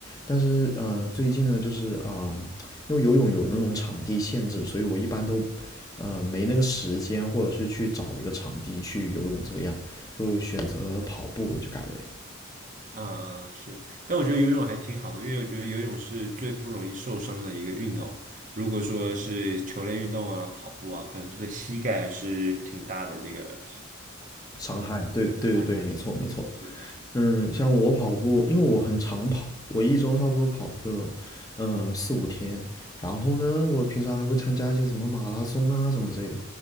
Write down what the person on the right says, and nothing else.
啊是，但我觉得游泳还挺好的，因为我觉得游泳是最不容易受伤的一个运动。如果说是球类运动啊、跑步啊，可能对膝盖还是挺大的这个
负担
负担。